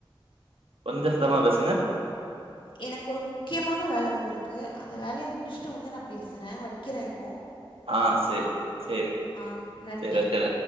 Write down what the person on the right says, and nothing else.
கொஞ்ச சத்தமா பேசுங்க
ஆ சேரி சேரி
சேரி வச்சிற